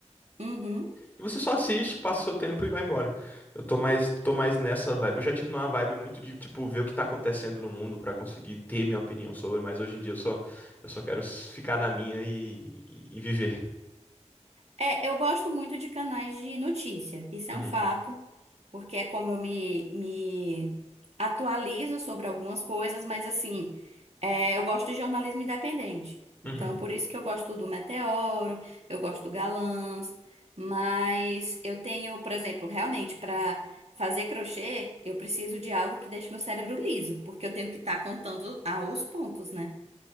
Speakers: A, on the right (about 65°); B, on the left (about 15°).
A: Uhum.
B: E você só assiste, passa o seu tempo e vai embora. Eu tô mais, tô mais nessa vibe. Eu já tive numa vibe muito de, tipo, ver o que tá acontecendo no mundo pra conseguir ter minha opinião sobre, mas hoje em dia eu só, eu só quero s- ficar na minha e, e, e viver.
A: É, eu gosto muito de canais de notícia. Isso é
B: Uhum,
A: um fato, porque é como eu me, me atualizo sobre algumas coisas, mas assim, é, eu gosto de jornalismo independente. Então,
B: uhum.
A: por isso que eu gosto do Meteoro, eu gosto do Galãs, mas eu tenho, por exemplo, realmente para fazer crochê, eu preciso de algo que deixe meu cérebro liso, porque eu tenho que estar contando aos pontos, né?